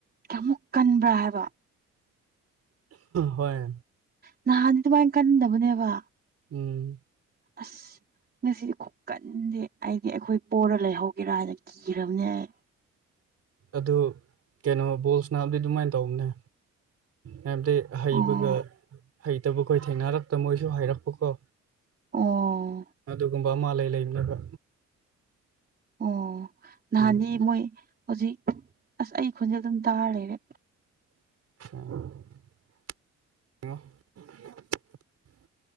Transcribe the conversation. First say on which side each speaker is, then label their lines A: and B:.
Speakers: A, on the right; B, on the right.
A: ꯀꯌꯥꯃꯨꯛ ꯀꯟꯕ꯭ꯔꯥ ꯍꯥꯏꯕ
B: ꯍꯣꯏ
A: ꯅꯍꯥꯟꯗꯤ ꯑꯗꯨꯃꯥꯏꯅ ꯀꯟꯗꯕꯅꯦꯕ
B: ꯎꯝ
A: ꯑꯁ ꯉꯁꯤꯗꯤ ꯈꯨꯀꯟꯗꯦ ꯑꯩꯗꯤ ꯑꯩꯈꯣꯏ ꯄꯣꯔ ꯂꯩꯍꯧꯒꯦꯔꯥ ꯍꯥꯏꯅ ꯀꯤꯔꯥꯕꯅꯦ ꯑꯩ
B: ꯑꯗꯨ ꯀꯩꯅꯣ ꯕꯣꯜꯁ ꯁꯟꯅꯥꯕꯗꯤ ꯑꯗꯨꯃꯥꯏꯅ ꯇꯧꯕꯅꯦ ꯍꯥꯏꯕꯗꯤ ꯍꯩꯕꯒ
A: ꯑꯣ
B: ꯍꯩꯇꯕꯈꯣꯏ ꯊꯦꯡꯅꯔꯛꯄꯕ ꯃꯣꯏꯁꯨ ꯍꯩꯔꯛꯄꯀꯣ
A: ꯑꯣ
B: ꯑꯗꯨꯒꯨꯝꯕ ꯃꯥ ꯂꯩ ꯂꯩꯕꯅꯕ
A: ꯑꯣ ꯅꯥꯍꯟꯗꯤ
B: ꯎꯝ
A: ꯃꯣꯏ ꯍꯧꯖꯤꯛ ꯑꯁ ꯑꯩ ꯈꯣꯟꯖꯦꯜ ꯑꯗꯨꯝ ꯇꯥꯔ ꯂꯩꯔꯦ
B: <inaudible>